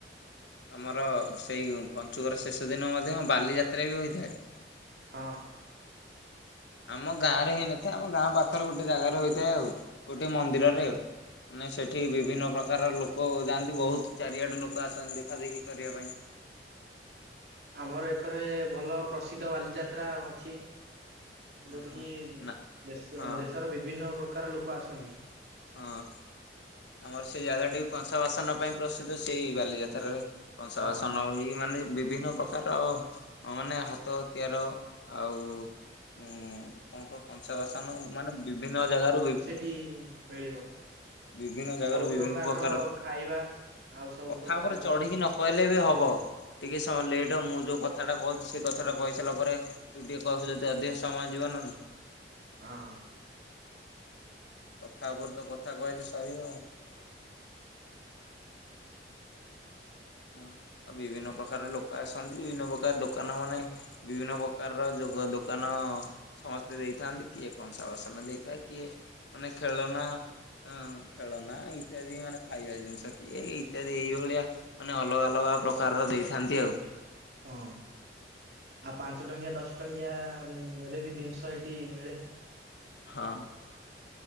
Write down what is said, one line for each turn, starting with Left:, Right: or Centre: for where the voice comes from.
Left: ଆମର ସେଇ ପଞ୍ଚୁକର ଶେଷ ଦିନ ମଧ୍ୟ ବାଲିଯାତ୍ରା ବି ହୋଇଥାଏ।
Right: ହଁ
Left: ଆମ ଗାଁ ରେ ହେଇନଥାଏ ଆମ ଗାଁ ପାଖରେ ଗୋଟେ ଜାଗାରେ ହେଇଥାଏ ଆଉ ଗୋଟେ ମନ୍ଦିରରେ ଆଉ ମାନେ ସେଠି ବିଭିନ୍ନ ପ୍ରକାର ଲୋକ ଯାଆନ୍ତି ବହୁତ ଚାରିଆଡେ ଲୋକ ଆସନ୍ତି ଦେଖା ଦେେଖି କରିବା ପାଇଁ।
Right: ଆମର ଏକରେ ଭଲ ପ୍ରସିଦ୍ଧ ବାଲିଯାତ୍ରା ଅଛି। ଯୋଉଠିକି
Left: ଓହୋ। ନା
Right: ଦେଶ
Left: ହଁ
Right: ଦେଶର ବିଭିନ୍ନ ପ୍ରକାର ଲୋକ ଆସନ୍ତି।
Left: ହଁ ଆମର ସେଇ ଜାଗା ଟା ବି କଂସା ବାସନ ପାଇଁ ପ୍ରସିଦ୍ଧ ସେଇ ବାଲିଯାତ୍ରା। କଂସା
Right: ହଁ
Left: ବାସନ
Right: ହଁ।
Left: ବି ମାନେ ବିଭିନ୍ନ ପ୍ରକାର ମାନେ ହାତ ତିଆର ଆଉ ହୁଁ କଣ କ କଂସା ବାସନ ମାନେ ବିଭିନ୍ନ ଜାଗାରୁ ବି
Right: ମିଳିବା।
Left: ବିଭିନ୍ନ ଜାଗାରୁ
Right: ସବୁ
Left: ବିଭିନ୍ନ
Right: ପ୍ରକାରର
Left: ପ୍ରକାର
Right: ଖାଇବା ଆଉ ସବୁ
Left: କଥା
Right: ପ୍ରକାରର
Left: ଉପରେ ଚଢିକି ନ କହିଲେ ବି ହବ ଟିକେ ସମୟ ଲେଟ୍ ହ ମୁଁ ଯୋଉ କଥାଟା କହୁଛି ସେଇ କଥାଟା କହିସାରିଲା ପରେ। ତୁ ଟିକେ କହିବୁ ଯଦି ଅଧିକ ସମୟ ଯିବ ନା ନାଇଁ।
Right: ହଁ ହଁ।
Left: କଥା ଉପରେ ତ କଥା କହିଲେ ସରିବ ଆଉ। ହଁ ଆଉ ବିଭିନ୍ନ ପ୍ରକାର ଲୋକ ଆସନ୍ତି ବିଭିନ୍ନ ପ୍ରକାର ଦୋକାନ ମାନେ ବିଭିନ୍ନ ପ୍ରକାରର ଯ ଦୋକାନ ସମସ୍ତେ ଦେଇଥାନ୍ତି କିଏ କଂସା ବାସନ ଦେଇଥାଏ କିଏ ମାନେ ଖେଳନା ହଁ ଖେଳନା ଇତ୍ୟାଦି ମାନେ ଖାଇବା ଜିନିଷ କିଏ ଇତ୍ୟାଦି ଏଇଭଳିଆ। ମାନେ ଅଲଗା ଅଲଗା ପ୍ରକାରର ଦେଇଥାନ୍ତି ଆଉ।
Right: ହଁ ଆଉ ପାଞ୍ଚ ଟଙ୍କିଆ ଦଶ ଟଙ୍କିଆ ରେ ବି ଜିନିଷ ଏଠି ମିଳେ।
Left: ହଁ।